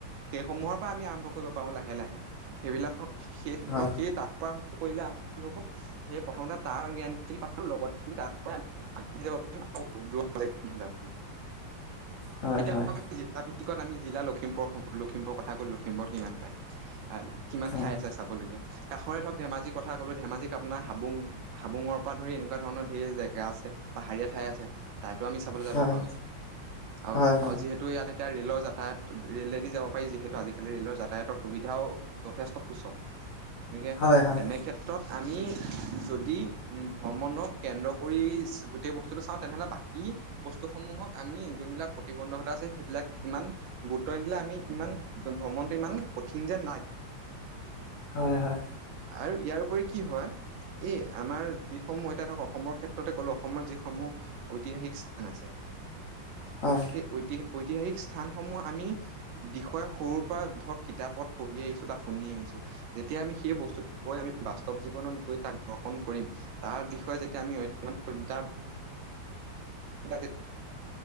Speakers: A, on the right; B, on the left.
A: সেইসমূহৰ হয় আমি আৰম্ভ কৰিব পাৰো লাহে সেইবিলাক হ সেই
B: হয়
A: ধৰক সেই তাৰ পৰা কৰিলে আমাৰ কি হ'ব সে প্ৰথমতে তাৰ জ্ঞান খিনি পালো লগতে আমি তাৰ পৰা আগ বাঢ়ি যাব পাৰিম আৰু পালেই ময়ো যাম
B: হয়
A: এতিয়া
B: হয়
A: তই যাবি টিকট আমি জিলা লখিমপুৰৰ স লখিমপুৰৰ কথা কলো লখিমপুৰত কিমান পায় আৰু কিমান
B: হয়
A: ঠাই আছে চাবলগীয়া কাষৰে ধৰক ধেমাজি কথা কলো ধেমাজি আপোনাৰ হাবুং হাবুঙৰ পৰা ধৰি এনেকোৱা ধৰণৰ সেই জেগা আছে পাহাৰীয়া ঠাই আছে উ তাইতো আমি চাবলৈ যাব
B: হয়
A: পাৰো আৰু-
B: হয় হয়
A: আৰু যিহেতু ইয়াতে এতিয়া ৰে'লৰ যাতায়ত ৰেলেদি যাব পাৰি যিহেতু আজিকালি ৰে'লৰ যাতায়াতৰ সুবিধাও যথেষ্ট সুচল। গতিকে
B: হয় হয় হয়
A: তেনেক্ষেত্ৰত আমি যদি ভ্ৰমণক কেন্দ্ৰ কৰি গোটেই বস্তুটো চাওঁ তেনেহ'লে বাকী বস্তুসমূহক আমি যোনবিলাক প্ৰতিবন্ধকতা আছে সেইবিলাক ইমান গুৰুত্ব নিদিলে আমি ইমান ভ্ৰমণটো ইমান কঠিন যে নাই।
B: হয় হয়
A: আৰু ইয়াৰ উপৰি কি হয় এই আমাৰ যিসমূহ এতিয়া ধৰক অসমৰ ক্ষেত্ৰতে ক'লো অসমৰ যিসমূহ ঐতিহাসিক স্থান আছে।
B: হয়
A: সেই ঐতিহাসিক ঐতিহাসিক স্থানসমূহ আমি বিষয়ে সৰুৰ পৰা ধৰক কিতাপত পঢ়ি আহিছো বা শুনি আহিছো যেতিয়া আমি সেই বস্তুত গৈ আমি বা স্তৱ জীৱন গৈ তাক্ৰ <unintelligible> <unintelligible> দৰ্শন কৰিম তাৰ বিষয়ে তাৰ বিষয় আমি অধ্যয়ন কৰিম তাৰ তি